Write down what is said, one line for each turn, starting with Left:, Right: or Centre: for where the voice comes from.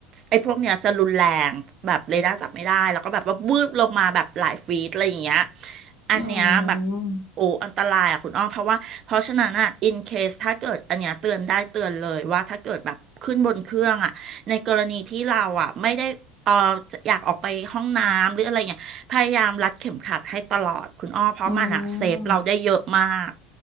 Right: ไอ้พวกเนี้ยจะรุนแรงแบบเรดาร์จับไม่ได้แล้วก็แบบว่าวืบลงมาแบบหลายฟีตอะไรอย่างเงี้ยอันเนี้ยแบบ
Left: อืม
Right: โอ้อันตรายอ่ะคุณอ้อมเพราะว่าเพราะฉะนั้นอ่ะ in case ถ้าเกิดอันเนี้ยเตือนได้เตือนเลยว่าถ้าเกิดแบบขึ้นบนเครื่องอ่ะในกรณีที่เราอ่ะไม่ได้ เอ่อจะอยากออกไปห้องน้ำหรืออะไรเงี้ยพยายามรัดเข็มขัดให้ตลอดคุณอ้อเพราะมันอะเซฟเราได้เยอะมาก
Left: อืม